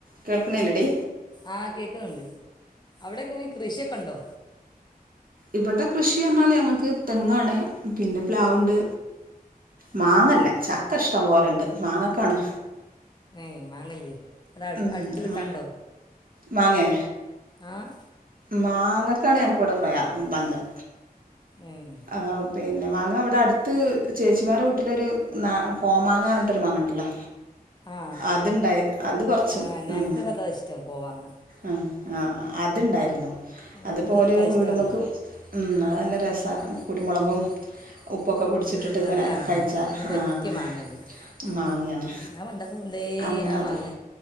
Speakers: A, on the right; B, on the left.
A: കേക്ക്ണില്ലെടി
B: ആഹ് കേക്ണ്ണ്ട് അവിടെക്കെ കൃഷിയൊക്കെണ്ടോ
A: ഇവടെ കൃഷി പറഞ്ഞാല് ഞങ്ങക്ക് തെങ്ങാണ് പിന്നെ പ്ലാവ്ണ്ട് മാങ്ങല്ല ചക്ക ഇഷ്ടം പോലെണ്ട് മാങ്ങക്കാണ്
B: ഏ മാങ്ങല്ലെ. അടെ അട്
A: ഉം
B: അട്ത്ത് കിട്ടാണ്ടോ
A: മാങ്ങേ
B: ആഹ്
A: മാങ്ങക്കാണ് ഞങ്ങക്ക് ഇവിടെ പ്രയാ പഞ്ചം.
B: ഏഹ്
A: ആഹ്. പിന്നെ മാങ്ങ ഇവ്ടെ അട്ത്ത് ചേച്ചിമാരെ വീട്ടിലൊര് കോമാങ്ങ റ്ഞ്ഞ്ട്ടൊരു മാങ്ങ ഇണ്ടല്ലോ.
B: ആ
A: അത്ണ്ടായി അത് കൊറ്ച്ച്
B: ആ ഞങ്ങൾക്ക്
A: ഉം.
B: അതാ ഇഷ്ടം കോവാങ്ങ ആ,
A: ആഹ്. ആഹ്. അത്ണ്ടായിരുന്നു. അത്പ്പോല്
B: അത് നല്ല ടേസ്റ്റാണല്ലോ
A: വീട്മ്മെക്ക് ഉം അത് നല്ല രസാ കുര്മൊളകും. ഉപ്പൊക്കെ പൊട്ച്ചിട്ടിട്ട്
B: ഇത് കിട്ടുന്ന
A: ഇങ്ങനെ
B: നല്ല ആ
A: കഴിച്ചാ
B: അതിന് പറ്റിയ
A: ആഹ്.
B: മാങ്ങയാണ് ഇത്.
A: മാങ്ങ്യാണ്.
B: ഞാൻ പണ്ടൊക്കെ കൊണ്ടേ
A: അങ്ങനെ
B: ആ
A: അത്
B: മാങ്ങ